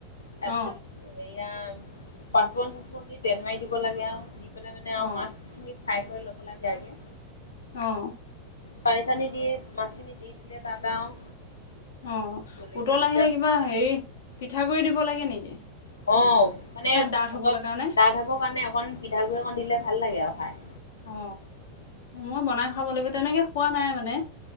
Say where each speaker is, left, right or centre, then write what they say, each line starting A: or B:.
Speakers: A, on the left; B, on the left.
A: তাৰপিছত
B: অ
A: হেয়া। পাচফুৰন-চাহফুৰন দি তেল মাৰি দিব লাগে আৰু। পেলাই মানে
B: অ
A: আৰু মাছ খিনি। ফ্ৰাই কৰি ল'ব লাগে আগে।
B: অহ।
A: পানী চানী দিয়ে। মাছখিনি দি দিলে তাৰপৰা আৰু।
B: অহ
A: জলকীয়া
B: উতল
A: জলকীয়া
B: আহিলে কিবা
A: অ'
B: হেৰি পিঠাগুৰি দিব লাগে নেকি?
A: অহ মানে
B: ডাঠ
A: অলপ
B: হবলৈ কাৰণে
A: ডাঠ হবৰ কাৰণে অকণ পিঠাগুৰি অকণ দিলে ভাল লাগে আৰু খাই।
B: অ মই বনাই খাব লাগিব তেনেকে খোৱা নাই মানে।